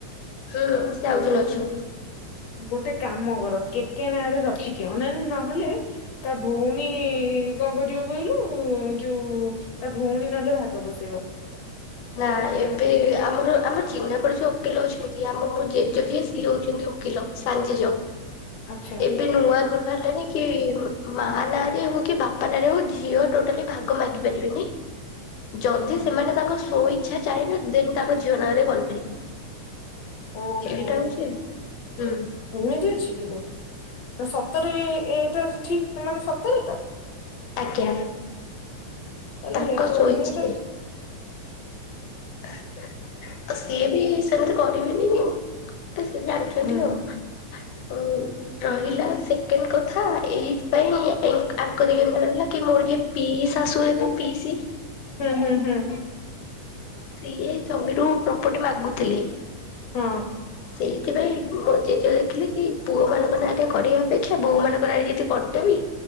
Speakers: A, on the left (about 75°); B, on the left (about 55°).
A: ହୁଁ। ସିଏ ଆଉ ଜଣେ ଅଛନ୍ତି।
B: ଗୋଟେ କାମ କର, କେକେ ନାଁରେ ରଖିଦିଅ। ଅନାନୀ ନହେଲେ, ତା ଭଉଣୀ ଣୀ କଣ କରିବ କହିଲୁ, ଯୋଉ ତା ଭଉଣୀ ନହେଲେ ଭାଗ ବସେଇବ।
A: ହ ନା ଏବେ ଆମର ଆମର ଚିହ୍ନା ପରିଚୟ ଓକିଲ ଅଛନ୍ତି। ଆମ ମୋ ଜେଜେ ଯିଏ, ସିଏ ହଉଛନ୍ତି ଓକିଲ ସାନଜେଜ।
B: ଆଚ୍ଛା
A: ଏବେ ନୂଆ ରୁଲ ବାହାରିଲାଣିି କି ମାଆ ନାଁରେ ହଉ, କି ବାପା ନାଁରେ ହଉ, ଝିଅ ଟୋଟାଲି ଭାଗ ମାଗି ପାରିବେନି। ଯଦି ସେମାନେ ତାଙ୍କ ସ୍ଵ ଇଚ୍ଛା ଚାହିଁବେ, ଦେନ୍ ତାଙ୍କ ଝିଅ ନାଁରେ କରିପାରିବେ।
B: ଓହୋ
A: ଏଇଟା ହଉଛି ହୁଁ।
B: ଏମିତି ଅଛି କିଲୋ। ସତରେ ଏ-ଏଇଟା ଠିକ ମାନେ ସତରେ ତ?
A: ଆଜ୍ଞା।
B: ତାହେଲେ
A: ତାଙ୍କ
B: ହେଇଥିବ।
A: ସ୍ଵ
B: ମୁଁ
A: ଇଚ୍ଛାରେ।
B: ବା
A: ଆଉ ସିଏ ବି ସେମତି କରିବେନି ଆ ସେ ଜାଣିଚନ୍ତି
B: ହୁଁ
A: ଆଉ। ଆଉ ରହିଲା ସେକେଣ୍ଡ କଥା ଥା, ଏଇଥିପାଇଁ ଏ ଆଙ୍କ ଦିଗରେ ରହିଲା କି, ମୋର କିଏ ପିଇଶାଶୂ ହେବେ ପିଇସି
B: ହୁଁ-ହୁଁ-ହୁଁ।
A: ସିଏ ଜମିରୁ ପ୍ରପର୍ଟି ମାଗୁଥିଲେ
B: ହଁ
A: ସେଇଥିପାଇଁ, ମୋ ଜେଜ ଦେଖିଲେ କି, ପୁଅମାନଙ୍କ ନାଁରେ କରିବା ଅପେକ୍ଷା ବୋହୂମାନଙ୍କ ନାଁରେ ଯଦି କରିଦେବି